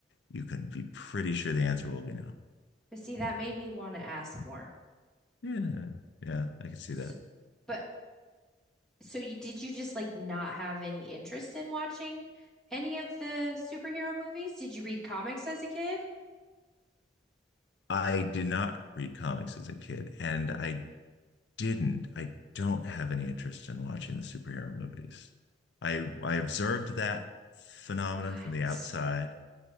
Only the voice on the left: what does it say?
you can be pretty sure the answer will be no.
Yeah, yeah, I could see
that.
I did not read comics as a kid, and I didn't. I don't have any interest in watching the superhero movies. I I observed that phenomenon
from the outside,